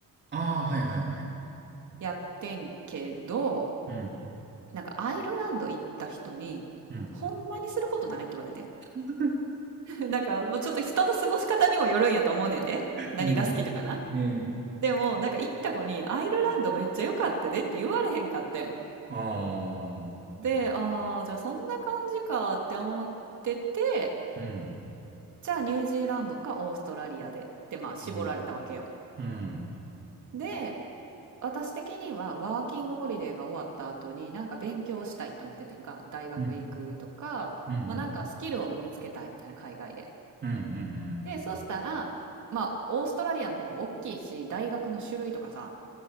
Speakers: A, on the right (about 30°); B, on the right (about 55°).
A: ああ、はいはいはい。
B: やってんけど、
A: うん。
B: なんかアイルランド行った人に、
A: うん。
B: ほんまにすることないって言われてん。
A: <laughs>
B: <laughs> なんか、もうちょっと人の過ごし方にもよるんやと思うねんで。何が好きとかな。
A: うん。うん。
B: でも、なんか行った子に、アイルランドめっちゃ良かったでって言われへんかってん。
A: ああ。
B: で、ああ、じゃあそんな感じかって思ってて、
A: うん。
B: じゃあニュージーランドかオーストラリアでってまあ絞られたわけよ。
A: うん。うん。
B: で、私的にはワーキングホリデーが終わった後になんか勉強したいって思っててんか、大学行くとか、
A: うん、うん、
B: まあなんかスキルを身につけたいみたいな海外で。
A: うん、うん、うん。うん
B: で、そしたら、まあオーストラリアの方が大きいし、大学の種類とかさ、